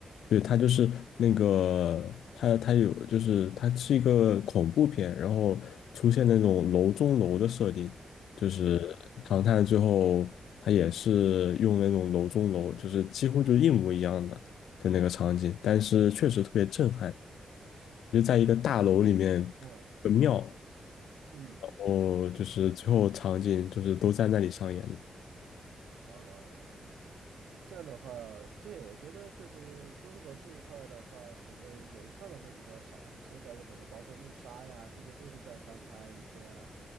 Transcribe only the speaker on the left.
对，它就是那个，它它有，就是它是一个恐怖片，然后出现那种楼中楼的设定，就是唐探最后它也是用那种楼中楼，
就是几乎就是一模一样的，就那个场景，但是确实特别震撼，就在一个大楼里面
的庙，
然后就是最后场景就是都在那里上演的。